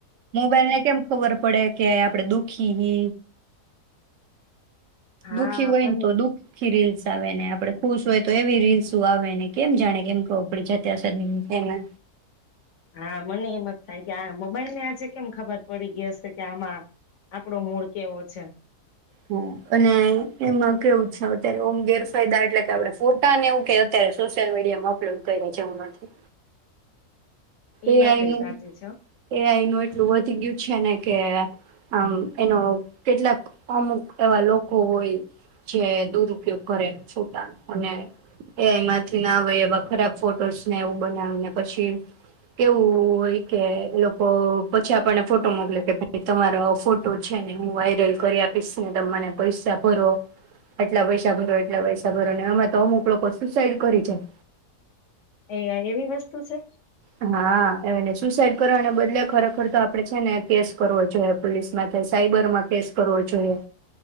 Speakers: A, on the right; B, on the left.
A: મોબાઈલ ને કેમ ખબર પ પડે કે આપણેે દુઃખી હિ
B: હા
A: દુઃખી હોયને
B: મને
A: તો દુખ આખી રીલ્સ આવે ને, આપડે ખુશ હોય તો એવી રીલ્સ આવે ને. કેમ જાણે કેમ ખબર પડી જતા હશે ને.
B: હા, મને એમ જ થાય કે આ મોબાઈલ ને આજે કેમ ખબર પડી ગઈ હશે કે આમાં આપડો મૂળ કેવો છે.
A: હ અ અને એમાં કેવું છે અત્યારે ઓમ ગેરફાયદા એટલે કે આપ ફોટાને એવું કે અત્યારે સોશિયલ મીડિયામાં અપલોડ ક્યરા છે એવું નથી.
B: ઈ
A: એઆઈ
B: વાત
A: નું
B: સાચી છે હો.
A: એઆઈ નું એટલું વધી ગયું છે ને કે આમ એનો કેટલાક અમુક એવા લોકો હોય જે દુરુપયોગ કરે ફોટાનો અને એમાંથી ના આવે એવા ખરાબ ફોટોસ ને એવું બનાવીને પછી કેવું હોય કે, લોકો પછી આપણને ફોટો મોકલો કે ભાઈ તમારો ફોટો છે ને હું વાયરલ કરી આપીશ ને ત મને પૈસા ભરો, આટલા પૈસા ભરો એટલા પૈસા ભરો ને એમાં તો અમુક લોકો સુસાઈડ કરી જાય.
B: એ યાર એવી વસ્તુ છે.
A: હા એને સુસાઈડ કરવાના બદલે ખરેખર તો આપડે છે ને કેસ કરવો જોઈએ, પોલીસમાં કે સાયબર માં કેસ કરવો જોઈએ.